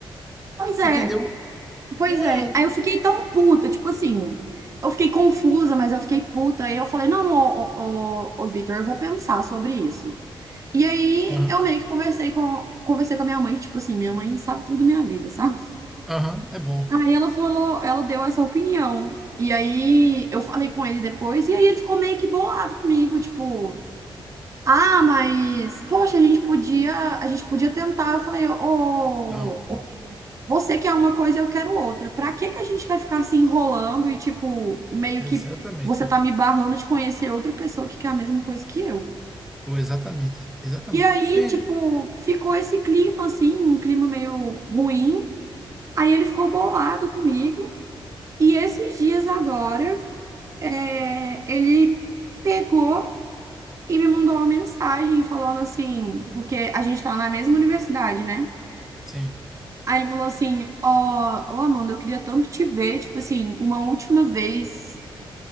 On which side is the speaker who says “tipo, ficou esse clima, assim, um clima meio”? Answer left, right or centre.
Right